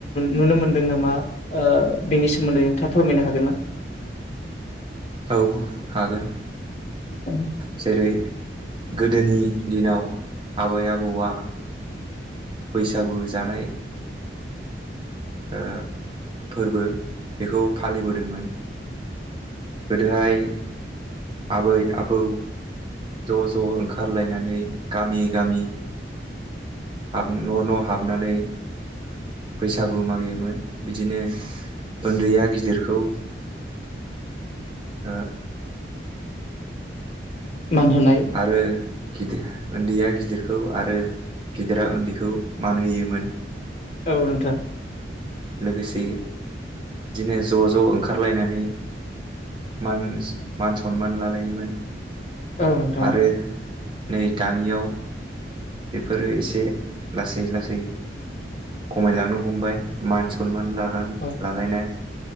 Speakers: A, on the left; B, on the right.
A: नुनो मोनदों नामा ओ बेनि सोमोन्दै नोंथाङा फोरमायनो हागोन ना?
B: औ हागोन
A: <inaudible>
B: जेरै गोदोनि दिनाव आबै आबौआ बैसागु जानाय ओ फोरबो बेखौ फालिबोदोंमोन गोदोहाय आबै आबौ ज' ज' ओंखारलायनानै गामि गामि हाब न' न' हाबनानै बैसागु मागियोमोन बिदिनो उन्दैया गिदिरखौ ओ
A: मान होनाय
B: आरो गिदिर उन्दैया गिदिरखौ आरो गिदिरा उन्दैखौ मान होयोमोन
A: औ नोंथां
B: लोगोसे बिदिनो ज' ज' ओंखारलायनानै मान मान सनमान लालायोमोन
A: औ नोंथां
B: आरो नै दानियाव बेफोरो एसे लासै लासै खमायलांनो हमबाय मान सनमान लानान
A: औ
B: लालायनाय